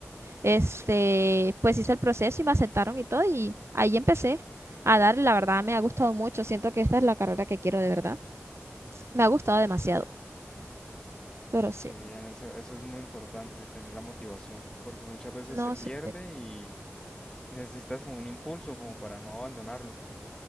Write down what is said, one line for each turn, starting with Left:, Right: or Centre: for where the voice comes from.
Right: Este, pues hice el proceso y me aceptaron y todo y ahí empecé a darle, la verdad me ha gustado mucho, siento que esta es la carrera que quiero de verdad. Me ha gustado demasiado, pero sí,
Left: qué bien, eso, eso es muy importante, tener la motivación, porque muchas veces
Right: no
Left: se pierde
Right: sé.
Left: y necesitas como un impulso como para no abandonarlo.